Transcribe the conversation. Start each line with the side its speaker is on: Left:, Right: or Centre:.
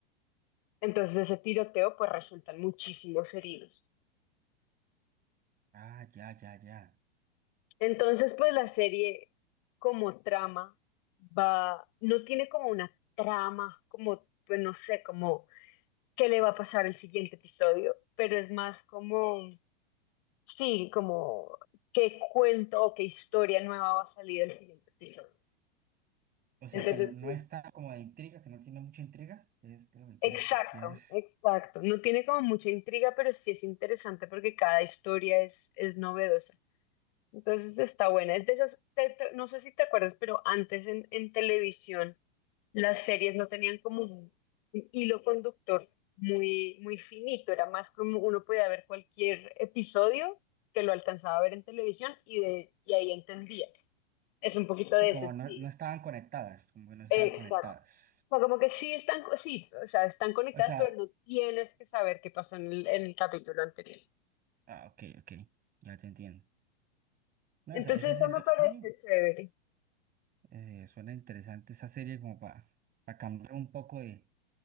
Left: Entonces ese tiroteo pues resultan muchísimos heridos.
Right: Ah, ya, ya, ya.
Left: Entonces pues la serie como trama va, no tiene como una trama, como pues no sé, como qué le va a pasar el siguiente episodio, pero es más como, sí, como qué cuento o qué historia nueva va a salir el siguiente episodio.
Right: O sea
Left: Entonces,
Right: que no, no
Left: sí,
Right: está como de intriga, que no tiene mucha intriga. Es lo que quieres,
Left: Exacto,
Right: te quieres.
Left: exacto. No tiene como mucha intriga, pero sí es interesante porque cada historia es, es novedosa. Entonces está buena. Es de esas, te- te- no sé si te acuerdas, pero antes en, en televisión las series no tenían como un, un hilo conductor muy, muy finito. Era más como uno podía ver cualquier episodio que lo alcanzaba a ver en televisión y, de, y ahí entendía. Es un poquito
Right: Sí,
Left: de
Right: como
Left: ese estilo.
Right: no, no estaban conectadas, como que no estaban
Left: Exacto
Right: conectadas.
Left: sea, como que sí están, sí, o sea, están conectadas,
Right: O sea,
Left: pero no tienes que saber qué pasó en el, en el capítulo anterior.
Right: ah, ok, ok, ya te entiendo. No,
Left: Entonces
Right: o sea, esa
Left: eso
Right: serie
Left: me parece
Right: sí,
Left: chévere.
Right: eh, suena interesante esa serie como para cambiar un poco de,